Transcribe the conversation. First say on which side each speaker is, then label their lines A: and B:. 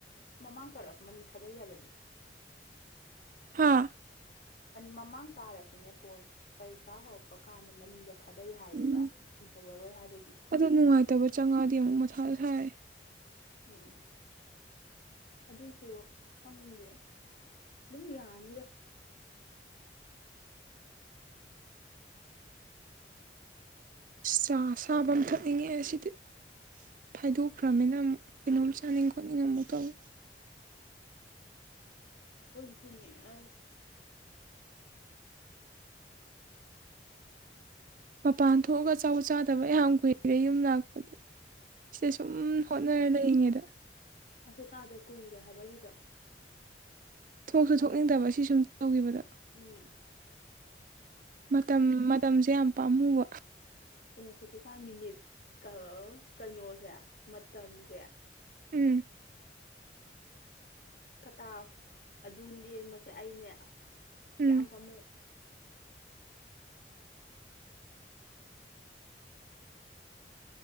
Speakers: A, on the left; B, on the right.
A: ꯃꯃꯥꯡ ꯇꯥꯔꯛꯑꯁꯨ ꯃꯅꯤꯡ ꯊꯥꯗꯩ ꯍꯥꯏꯕꯅꯤ
B: ꯍꯥꯥ
A: ꯃꯃꯥꯡ ꯇꯥꯔꯁꯨꯅꯦ ꯀꯣꯟꯅ ꯄꯔꯤꯈꯥ ꯍꯧꯔꯛꯄ ꯀꯥꯟꯗ ꯃꯅꯤꯡꯗ ꯊꯥꯗꯩ ꯍꯥꯏꯌꯦꯕ
B: ꯎꯝ
A: ꯏꯍꯧꯔꯔꯣꯏ ꯍꯥꯏꯕꯒꯤ
B: ꯑꯗꯨ ꯅꯨꯡꯉꯥꯏꯇꯕ ꯆꯪꯉꯗꯤ ꯑꯃꯨꯛ ꯃꯊꯥ ꯁꯥꯏ
A: ꯎꯝ ꯑꯗꯨꯏꯁꯨ ꯈꯪꯗꯦ ꯑꯗꯨꯝ ꯌꯥꯅꯤꯗ
B: ꯆꯥ ꯑꯁꯥꯕ ꯑꯝ ꯊꯛꯅꯤꯡꯉꯦ ꯁꯤꯗꯤ ꯐꯥꯏꯗꯣꯛꯈ꯭ꯔꯝꯅꯤꯅ ꯑꯃꯨꯛ ꯀꯩꯅꯣꯝ ꯆꯥꯅꯤꯡ ꯈꯣꯠꯅꯤꯡ ꯑꯃꯨꯛ ꯇꯧꯋꯦ
A: ꯑꯩꯈꯣꯏꯁꯨꯅꯦ ꯑꯁ
B: ꯃꯄꯥꯟ ꯊꯣꯛꯑꯒ ꯑꯆꯥꯄꯣꯠ ꯆꯥꯗꯕ ꯌꯥꯝ ꯀꯨꯏꯔꯦ ꯌꯨꯝ ꯂꯥꯛꯄꯗꯩ ꯁꯤꯗ ꯁꯨꯝ ꯍꯣꯠꯅꯔ ꯂꯩꯔꯤꯉꯩꯗ
A: ꯑꯩꯁꯨ ꯆꯥꯗ ꯀꯨꯏꯔꯦ ꯍꯥꯏꯕꯁꯤꯗ
B: ꯊꯣꯛꯁꯨ ꯊꯣꯛꯅꯤꯡꯇꯕ ꯁꯤ ꯁꯨꯝ ꯇꯤꯒꯤꯕꯗ
A: ꯎꯝ
B: ꯃꯇꯝ ꯃꯇꯝꯁꯦ ꯌꯥꯝ ꯄꯥꯝꯃꯨꯕ
A: ꯎꯝ ꯍꯧꯖꯤꯛꯀꯤꯟ ꯃꯤꯅꯤꯠ ꯀꯥꯎ ꯀꯩꯅꯣꯁꯦ ꯃꯇꯝꯁꯦ
B: ꯎꯝ
A: ꯀꯇꯥꯥꯎ ꯑꯗꯨ ꯂꯦꯡꯕꯁꯦ ꯑꯩꯅꯦ ꯀꯌꯥꯝ
B: ꯎꯝ
A: ꯄꯥꯝꯃꯨ